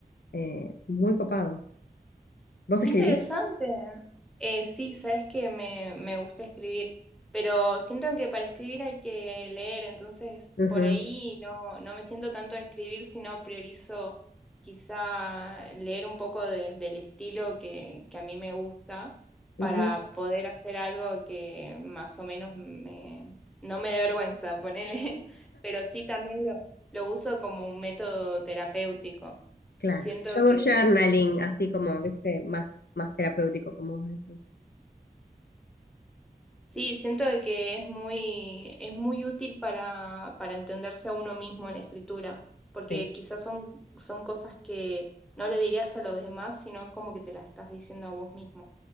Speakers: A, on the left; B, in the centre.
A: Eh, muy copado. ¿Vos escribís?
B: Qué interesante. Eh, sí, sabes que me, me gusta escribir, pero siento que para escribir hay que leer, entonces
A: Ujú,
B: por ahí no, no me siento tanto a escribir, sino priorizo quizá leer un poco de- del estilo que, que a mí me gusta
A: ujú,
B: para poder hacer algo que más o menos me, no me dé vergüenza, ponele, <laughs> pero sí también lo, lo uso como un método terapéutico.
A: claro.
B: Siento
A: Yo hago
B: que...
A: journaling, así como, viste, más, más terapéutico, como vos decís.
B: Sí, siento de que es muy, es muy útil para, para entenderse a uno mismo en la escritura, porque
A: Sí,
B: quizás son, son cosas que no le dirías a los demás, sino como que te las estás diciendo a vos mismo.